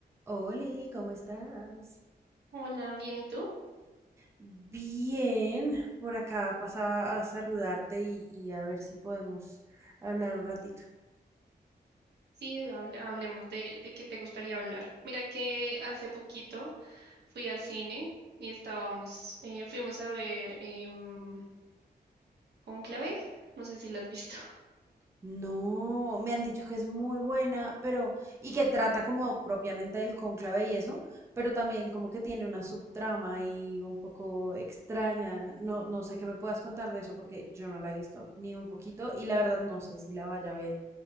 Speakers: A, on the right; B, on the right.
A: Oli, ¿cómo estás?
B: Hola, bien, ¿y tú?
A: Bien, por acá pasaba a saludarte y, y a ver si podemos hablar un ratito.
B: Sí, hable- hablemos de, de qué te gustaría hablar. Mira que hace poquito fui al cine y estábamos, eh, fuimos a ver em, Cónclave, no sé si la has visto. <laughs>
A: No, me han dicho que es muy buena, pero y que trata como propiamente del cónclave y eso, pero también como que tiene una subtrama y un poco extraña. No, no sé qué me puedas contar de eso porque yo no la he visto ni un poquito y la verdad no sé si la vaya a ver